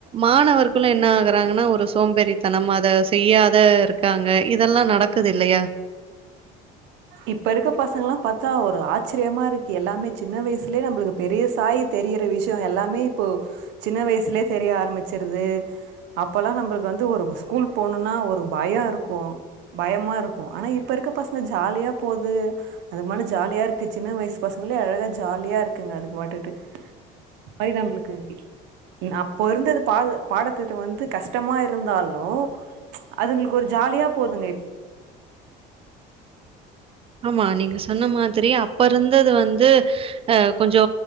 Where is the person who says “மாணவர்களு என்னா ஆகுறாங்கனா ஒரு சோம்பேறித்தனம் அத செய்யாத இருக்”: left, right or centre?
Right